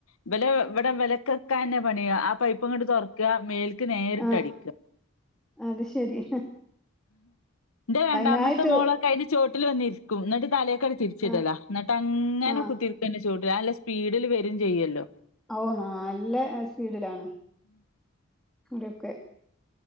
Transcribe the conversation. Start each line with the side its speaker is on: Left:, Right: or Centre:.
Left: ഇവലെ ഇവടെ ഇവലക്കക്കാന്നെ പണി ആഹ് പൈപ്പിങ്ങട്ട് തൊർക്ക മേൽ ക്ക് നേരിട്ട്
Centre: ആഹ്
Left: അടിക്ക
Centre: അത് ശരി
Left: ന്റെ രണ്ടാമത്തെ
Centre: അതിനായിട്ട്
Left: മോളൊക്കെ അയ്ന്റെ ചോട്ടില് വന്നിരിക്കും ഇന്നിട്ട് തലേ ക്കണ് തിരിച്ചിടിലാ
Centre: ആഹ്
Left: ഇന്നിട്ടങ്ങനെ
Centre: ആഹ്
Left: കുത്തിര്ക്കും അൻ്റെ ചോട്ടിൽ ആല്ല സ്പീഡിൽ വരും ചെയ്യല്ലോ
Centre: ഓഹ് നാല്ല എഹ് സ്പീഡിലാണ് ഇതൊക്കെ